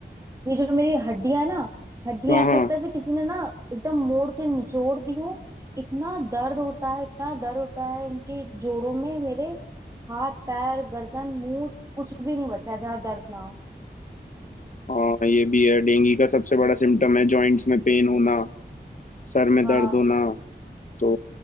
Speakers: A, on the right; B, on the left.
A: ये जो मेरी हड्डियां है ना हड्डियां
B: हाँ
A: ऐसा
B: हाँ
A: लगता है जैसे किसी ने ना एकदम मोड़ के निचोड़ दी हो इतना दर्द होता है इतना दर्द होता है इनके जोड़ों में मेरे हाथ पैर गर्दन मुंह कुछ भी नहीं बचा है जहाँ दर्द ना हो
B: हाँ ये भी है डेंगू का सबसे बड़ा सिम्टम है जॉइंट्स में पेन होना सर में
A: हाँ
B: दर्द होना तो